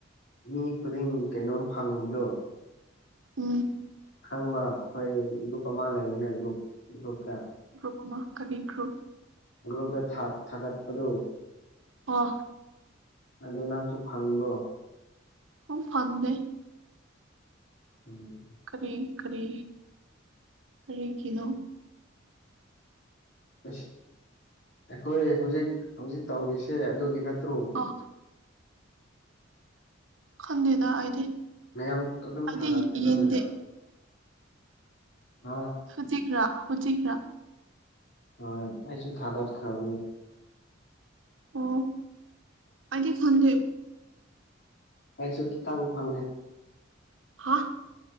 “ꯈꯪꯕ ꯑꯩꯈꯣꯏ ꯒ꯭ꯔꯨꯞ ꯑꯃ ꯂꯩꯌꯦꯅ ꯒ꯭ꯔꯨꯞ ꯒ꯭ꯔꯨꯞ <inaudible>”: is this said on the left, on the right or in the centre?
Left